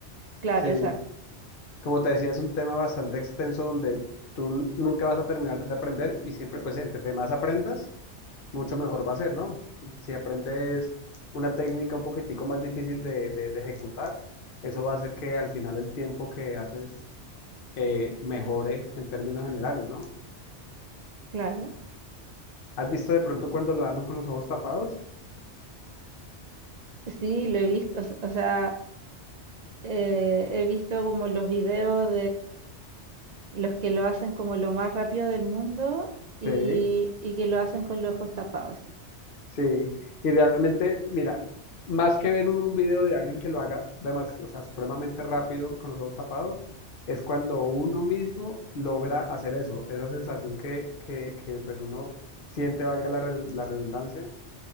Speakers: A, on the right; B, on the left.
A: claro,
B: Sí,
A: exacto,
B: como te decía, es un tema bastante extenso donde tú nunca vas a terminar de aprender y siempre pues entre más aprendas, mucho mejor va a ser, ¿no? Si aprendes una técnica un poquitico más difícil de, de- de ejecutar, eso va a hacer que al final el tiempo que haces eh, mejore en términos generales, ¿no?
A: claro.
B: ¿Has visto de pronto cuando lo arman con los ojos tapados?
A: Sí, lo he visto, o, s- o sea, eh, he visto como los videos los que lo hacen como lo más rápido del mundo y,
B: Sí,
A: y que lo hacen con los ojos tapados.
B: sí. Y realmente, mira, más que ver un, un video de alguien que lo haga, además, o sea, supremamente rápido con los ojos tapados, es cuando uno mismo logra hacer eso, esa sensación que, que, que pues uno siente, valga la, redun- la redundancia,